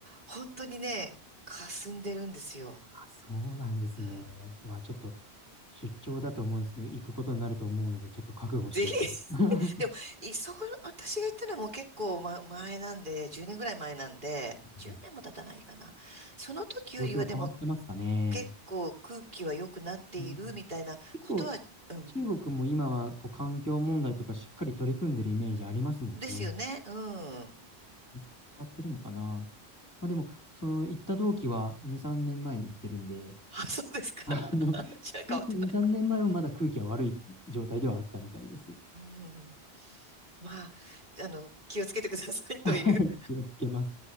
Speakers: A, on the right; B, on the left.
A: 本当にね、霞んでるんですよ。
B: あ、そうなんですね。
A: うん。
B: は、ちょっと出張だと思うんですけど、行くことになると思うので、ちょっと覚悟しておきます。
A: ぜひ。<laughs>
B: <laughs>
A: でも、い、そう、私が言ったのはもう結構、ま、前なんで、10年ぐらい前なんで、
B: うん
A: 10年も経たないかな。その時よりはでも
B: 状況変わってますかね。
A: 結構空気は良くなっているみたいなことは、
B: うん結構、
A: うん。
B: 中国も今はこう環境問題とかしっかり取り組んでるイメージありますもんね。
A: ですよね。うん。
B: 変わってるのかな。まあでも、その行った同期は2、3年前に行ってるんで、
A: あ、そうですか。<laughs>
B: あの、
A: じゃあ変わってない。
B: 少なくとも2、3年前はまだ空気は悪い状態ではあったみたいです。
A: うん。まあ、あの、気をつけてくださいという。
B: <laughs> 気をつけます。